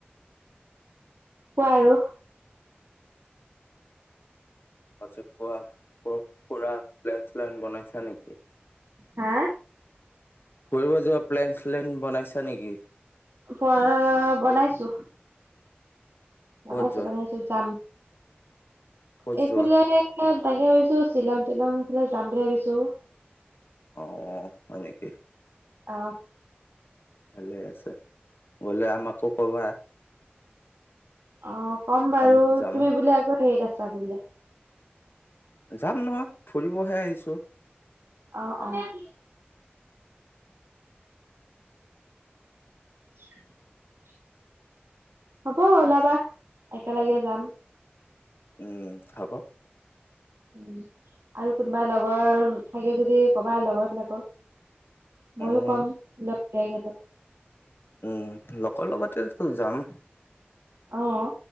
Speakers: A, on the right; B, on the left.
A: কোৱা আৰু।
B: তাৰপিছত কোৱা। কৰবাত ফুৰা প্লেন শ্লেন বনাইছা নেকি?
A: হা?
B: ফুৰিব যোৱা প্লেন শ্লেন বনাইছা নেকি?
A: প' বনাইছো। বনাইছো
B: ক'ত যোৱা
A: বনাইছো যাম।
B: ক'ত
A: এইফালে
B: যোৱা
A: তাকে ভাবিছো শ্বিলং টিলং ইফালে যাম বুলি ভাবিছো।
B: অহ' হয় নেকি?
A: অহ'।
B: ভালে আছে। গ'লে আমাকো কবা।
A: অহ' ক'ম বাৰু
B: আমি
A: তুমি
B: যাম
A: বোলে আকৌ হেৰিত আছা বোলে।
B: যাম নহয়, ফুৰিবহে আহিছোঁ।
A: অহ', অহ'। <unintelligible> হ'ব ওলাবা একেলগে যাম।
B: উম' হ'ব।
A: উম' আৰু কোনোবা লগৰ থাকে যদি কবা লগৰ বিলাকক। ময়ো
B: উম
A: কম লগৰীয়া কেইটাক।
B: উম' লগৰ লগতেতো যাম।
A: অহ'